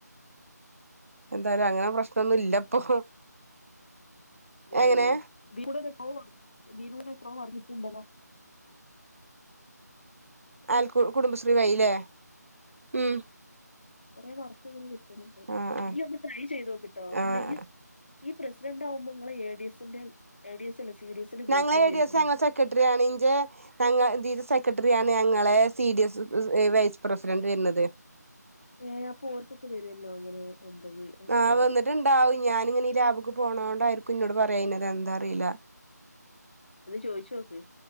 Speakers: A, on the right (about 50°); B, on the left (about 35°).
A: എന്തായാലും അങ്ങനെ പ്രശ്നൊന്നും ഇല്ലപ്പൊ.
B: ഏ
A: എങ്ങനെ
B: ഇതികടെ <unintelligible> ഇതീലൂടെ <unintelligible> ന്തണോ
A: അയൽകുകുടുംബശ്രീ വയിലെ ഉം
B: കുറെേ വർക്ക് കിട്ടണ്ട്
A: ആഹ് ആഹ്
B: ഈ ഒന്ന് ട്രൈ ചെയ്തോക്ട്ടോ അല്ല
A: ആഹ്
B: ഇയ്- ഈ പ്രസിഡന്ററ് ആകുമ്പോ നിങ്ങൾ എ ഡി എസിന്റെ എ ഡി എസ്. അല്ല സി ഡി എസിന്റെ ഗ്രൂപ്പിലാ
A: ഞങ്ങളെ എ,
B: വരുള്ളൂ
A: ഡി, എസ്, ഞങ്ങെളെ സെക്രട്ടറി ആണ് ഇന് ജെ ഞങ്ങ ഇതില്സെക്രട്ടറി ഞാ- - ഞങ്ങളെ C D S vice president വരുന്നത്.
B: ഏ അപ്പൊ ഓർക്കൊക്കെ വരുല്ലോ അങ്ങനെ എന്താ
A: ആഹ്
B: കോ
A: വന്നിട്ടുണ്ടാവും ഞാനി ഈ ലാബക്ക് പോണതോണ്ടായിരിക്കും ഇന്നോട് പറയായിത് എന്താ അറീല.
B: ഒന്ന് ചോയിച്ഓക്ക്